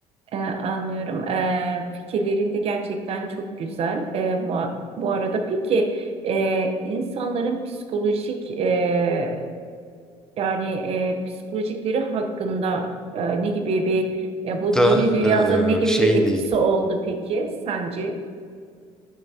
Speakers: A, on the right (about 50°); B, in the centre.
A: Ee, anlıyorum. Ee, fikirlerin de gerçekten çok güzel. Ee, bu, bu arada peki e, insanların psikolojik e, yani e, psikolojikleri hakkında e, ne gibi bir e, bu
B: Da
A: yeni dünyada ne gibi
B: e, şey
A: bir etkisi
B: değil.
A: oldu peki sence?